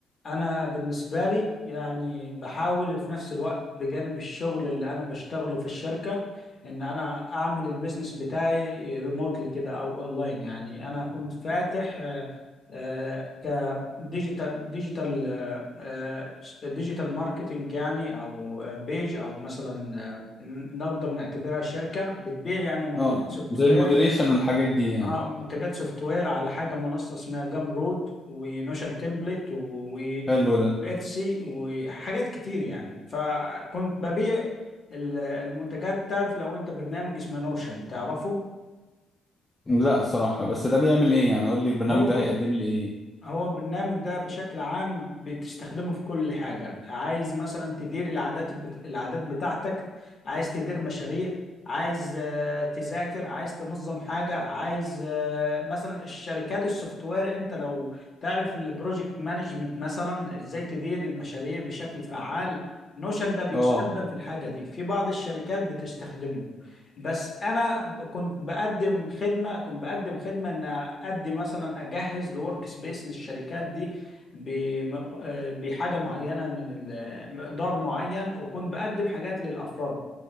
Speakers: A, on the left; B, on the left.
A: انا بالنسبه لي يعني بحاول في نفس الوقت بجانب الشغل اللي انا بشتغله في الشركه ان انا اعمل البيزنس بتاعي ريموتلي كده او اونلاين يعني انا كنت فاتح آه، آه، كديجيتال ديجيتال آه، آه، ديجيتال ماركتنج يعني او آه، بيج او مثلا آه، نقدر نعتبرها شركه بتبيع يعني منتجات
B: اه
A: سوفت
B: زي
A: وير
B: المودريشن والحاجات دي يعني
A: آه، منتجات سوفت وير على حاجه منصه اسمها جام رود ونوشن تمبلت و
B: حلو ده
A: اتسي وحاجات كتير يعني فكنت ببيع ال- المنتجات تعرف لو انت برنامج اسمه نوشن تعرفه
B: لا صراحة بس ده بيعمل ايه يعني قول لي البرنامج
A: هو ب...
B: ده هيقدم لي ايه
A: هو البرنامج ده بشكل عام بتستخدمه في كل حاجة عايز مثلا تدير العادات بت... العادات بتاعتك عايز تدير مشاريع عايز آه، تذاكر عايز تنظم حاجة عايز آه، مثلا الشركات السوفت وير انت لو تعرف البروجكت مانجمنت مثلا ازاي تدير المشاريع بشكل فعال نوشن ده بيستخدم
B: اه
A: في الحاجة دي في بعض الشركات بتستخدمه بس انا كنت بقدم خدمه كنت بقدم خدمه ان اقدم مثلا اجهز لورك سبيس للشركات دي بم- آه، بحاجه معينه من ال- مقدار معين وكنت بقدم حاجات للافراد